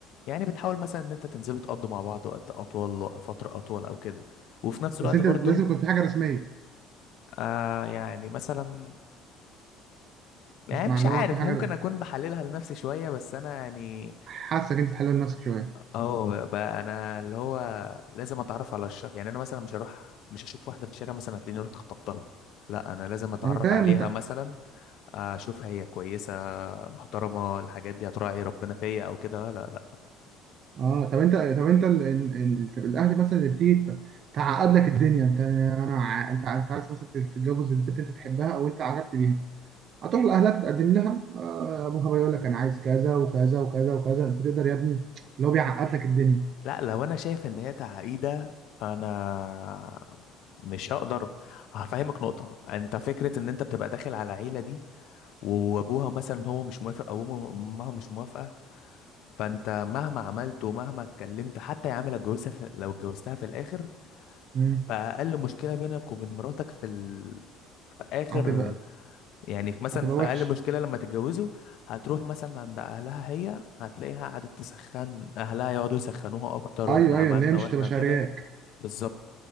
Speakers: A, on the left; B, on the right.
A: يعني بتحاول مثلا ان انت تنزلوا تقضوا مع بعض وقت اطول وفترة اطول او كده وفي نفس
B: بس
A: الوقت
B: انت
A: برضو
B: لازم يكون في حاجة رسمية
A: آه يعني مثلا يعني
B: مش معنى
A: مش عارف
B: هو في حاجة
A: ممكن اكون بحللها لنفسي شويه بس انا يعني
B: حاسك انت تحلل نفسك شوية
A: اه بقى انا اللي هو لازم اتعرف على الشخص يعني انا مثلا مش هروح مش هشوف واحده في الشارع مثلا هتلاقيني رحت خطبتها لا انا لازم اتعرف
B: انا فاهم
A: عليها مثلا اشوف هي كويسه محترمه الحاجات دي هتراعي ربنا فيا او كده لا
B: اه طب انت طب انت ال... ال... ال- طب الاهل مثلا اللي بتيجي ت- تعقد لك الدنيا انت انا ع- انت ع- انت عايز مثلا تتجوز البنت انت تحبها او انت عجبت بيها هتروح لاهلها تتقدم لها آه، ابوها بقى يقول لك انا عايز كذا وكذا وكذا وكذا انت تقدر يا ابني اللي هو بيعقد لك الدنيا
A: لا لو انا شايف ان هي تعقيده فانا مش هقدر هفهمك نقطه انت فكره ان انت بتبقى داخل على عيله دي وابوها مثلا هو مش موافق او أمه- امها مش موافقه فانت مهما عملت ومهما اتكلمت حتى يا عم لو اتجوزتها في- لو اتجوزتها في الاخر
B: امم
A: فاقل مشكله بينك وبين مراتك في ال... في اخر
B: هتبقى
A: يعني في مثلا
B: هتبقى
A: في
B: وحش
A: اقل مشكله لما تتجوزوا هتروح مثلا عند اهلها هي هتلاقيها قعدت تسخن اهلها يقعدوا يسخنوها اكتر
B: ايوه
A: واحنا عملنا
B: ايوه اللي هي مش
A: واحنا
B: هتبقى شارياك
A: كده بالظبط